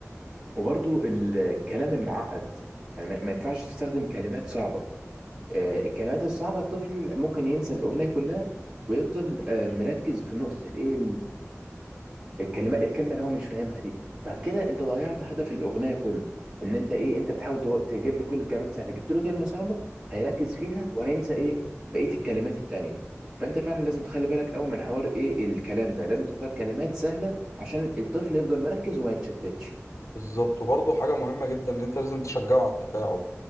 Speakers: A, on the right (about 15°); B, on the left (about 75°).
A: وبرضو الكلام المعقد يعني ما ما ينفعش تستخدم كلمات صعبة آه، الكلمات الصعبة الطفل ممكن ينسى الأغنية كلها ويفضل آه، مركز في نقطة الإيه الكلمه الكلمه اللي هو مش فاهمها دي فكده انت ضيعت هدف الاغنيه كله ان انت ايه انت بتحاول تو- تجيب له كل الكلمات سهله جبت له كلمه صعبه هيركز فيها وهينسى ايه بقيه الكلمات التانيه فانت فعلا لازم تخلي بالك قوي من حوار ايه الكلام ده لازم تختار كلمات سهله عشان الطفل يفضل مركز وما يتشتتش
B: بالظبط وبرضه حاجه مهمه جدا ان انت لازم تشجعه على التفاعل